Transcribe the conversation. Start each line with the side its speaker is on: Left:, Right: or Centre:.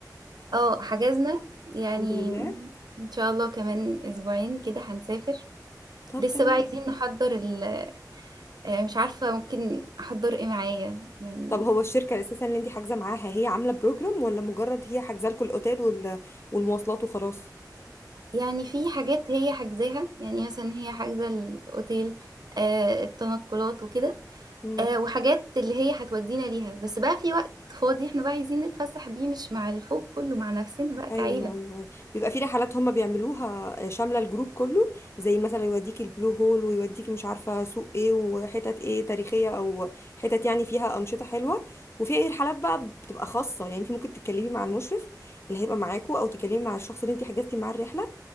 Right: اه حجزنا يعني
Left: الحمد لله
Right: ان شاء الله كمان اسبوعين كده هنسافر
Left: طب
Right: لسه
Left: تمام
Right: بقى عايزين نحضر ال آه، مش عارفة ممكن احضر ايه معايا يعني
Left: طب هو الشركة اساسا اللي انت حاجزة معاها هي عاملة بروجرام ولا مجرد هي حاجزة لكم الاوتيل وال- والمواصلات وخلاص
Right: يعني في حاجات هي حاجزاها يعني مثلا هي حاجزة الاوتيل آه التنقلات وكده
Left: مم.
Right: آه وحاجات اللي هي هتودينا ليها بس بقى في وقت فاضي احنا بقى عايزين نتفسح بيه مش مع الفوق كله مع نفسنا بقى
Left: ايوه
Right: كعيلة
Left: ايوه أيوة. بيبقى في رحلات هم بيعملوها آه، شامله الجروب كله زي مثلا يوديك البلو هول ويوديك مش عارفه سوق ايه وحتت ايه تاريخيه او حتت يعني فيها انشطه حلوه وفي اي رحلات بقى بتبقى خاصه يعني انت ممكن تتكلمي مع المشرف اللي هيبقى معاكوا او تكلمي مع الشخص اللي انت حجزتي معاه الرحله